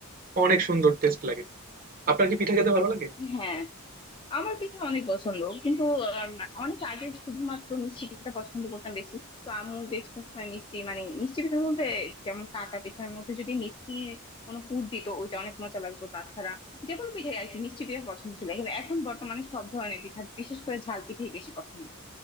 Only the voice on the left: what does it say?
হ্যাঁ আমার পিঠা অনেক পছন্দ কিন্তু আহ, অনেক আগে শুধুমাত্র মিষ্টি পিঠা পছন্দ করতাম বেশি তো আম্মু বেশ কিছু সময় মিষ্টি মানে মিষ্টি পিঠার মধ্যে যেমন কাকা পিঠার মধ্যে যদি মিষ্টি কোনো পুর দিত ওইটা অনেক মজা লাগতো তাছাড়া যে কোনো পিঠাই আর কি মিষ্টি পিঠা পছন্দ ছিল কিন্তু এখন বর্তমানে সব ধরনের পিঠা বিশেষ করে ঝাল পিঠাই বেশি পছন্দ